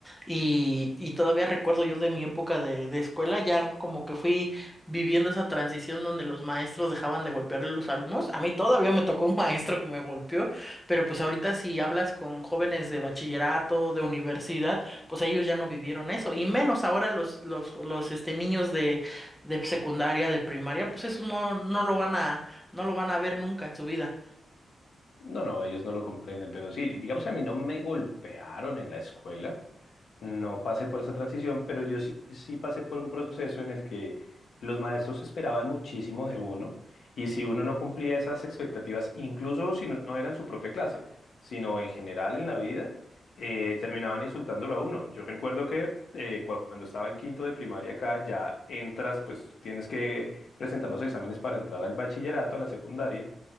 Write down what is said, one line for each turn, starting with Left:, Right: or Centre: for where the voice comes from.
Centre: y, y todavía recuerdo yo de mi época de, de escuela, ya como que fui viviendo esa transición donde los maestros dejaban de golpear a los alumnos. A mí todavía me tocó un <laughs> maestro que me golpeó, pero pues ahorita si hablas con jóvenes de bachillerato, de universidad, pues ellos ya no vivieron eso y menos ahora los, los, los este, niños de, de secundaria, de primaria, pues eso no, no lo van a, no lo van a ver nunca en su vida.
Left: No, no, ellos no lo comprenden, pero sí, digamos que a mí no me golpearon en la escuela, no pasé por esa transición, pero yo sí, sí pasé por un proceso en el que los maestros esperaban muchísimo de uno y si uno no cumplía esas expectativas, incluso si no era en su propia clase, sino en general en la vida, eh, terminaban insultándolo a uno. Yo recuerdo que eh, cu- cuando estaba en quinto de primaria acá, ya entras, pues tienes que presentar los exámenes para entrar al bachillerato, a la secundaria.